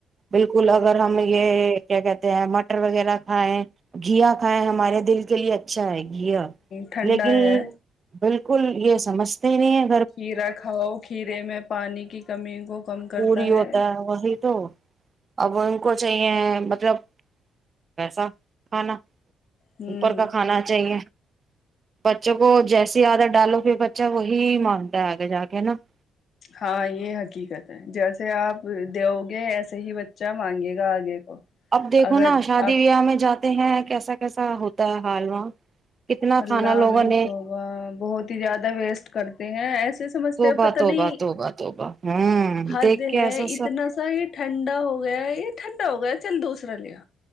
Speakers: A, on the right; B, on the left.
A: بالکل اگر ہم یہ کیا کہتے ہیں مٹر وغیرہ کھائیں گھیا کھائیں ہمارے دل کے لیے اچھا اچھا ہے گی ہ
B: ٹھنڈا
A: لیکن
B: ہے
A: بالکل یہ سمجھتے نہیں ہیں
B: کھیرا کھاؤ کھیرے میں پانی کی کمی کو کم کرتا
A: پوری ہوتا
B: ہے
A: وہی تو اب ان کو چاہیے مطلب پیسا کھانا
B: ہوں
A: اوپر کا کھانا چاہیے بچوں کو جیسی عادت ڈالو پھر بچہ وہی مان کے جا کے ہےا <unintelligible>
B: ہاں یہ حقیقت ہے جیسے آپ دوؤ گے ایسے ہی بچہ مانگے گا آگے کو
A: اب دیکھو
B: اگر
A: نا شادی
B: آپ
A: بیاہ میں جاتا ہیں کیسا کیسا ہوتا ہے حال وہاں کتنا
B: اللہ
A: کھانا لوگوں
B: بھی
A: نے
B: تو وہ بہت ہی زیادہ ویسٹ کرتے ہیں ایسے سمجھتے
A: توبہ
B: ہو پت
A: توبہ
B: نہیں
A: توبہ توبہ ہوں
B: حد
A: دیکھ کے
B: ہے
A: ایسا
B: اتنا سا یہ ٹھنڈا ہو گیا ہے یہ ٹھنڈا ہو گیا چل دوسرا لیا